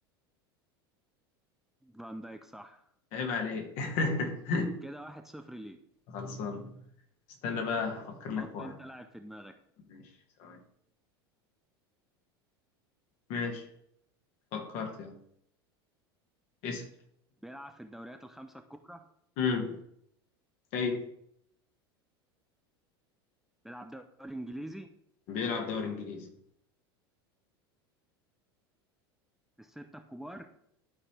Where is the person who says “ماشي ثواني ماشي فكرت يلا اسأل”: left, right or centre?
Left